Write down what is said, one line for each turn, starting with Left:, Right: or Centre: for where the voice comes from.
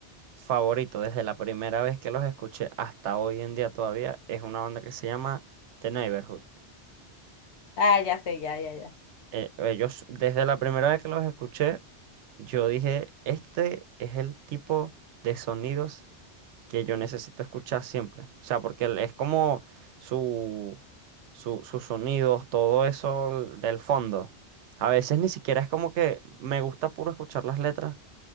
Right: favorito desde la primera vez que los escuché hasta hoy en día todavía es una banda que se llama The Neighborhood.
Left: Ah, ya sé, ya, ya, ya.
Right: eh, ellos, desde la primera vez que los escuché, yo dije, este es el tipo de sonidos que yo necesito escuchar siempre. O sea, porque el- es como su, su- sus sonidos, todo eso del fondo. A veces ni siquiera es como que me gusta puro escuchar las letras.